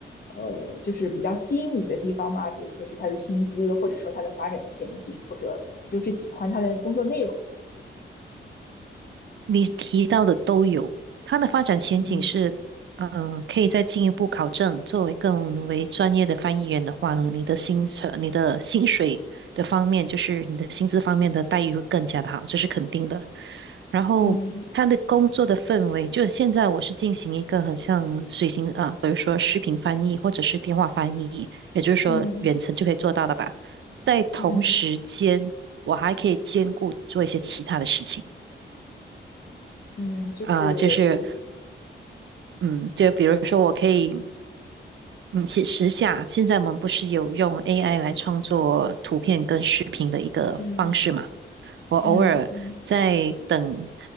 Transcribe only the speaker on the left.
呃，就是比较吸引你的地方吗？比如说是他的薪资，或者说他的发展前景，或者你就是喜欢他的工作内容？
嗯
嗯
嗯
嗯嗯
嗯就是比如说
嗯。
嗯嗯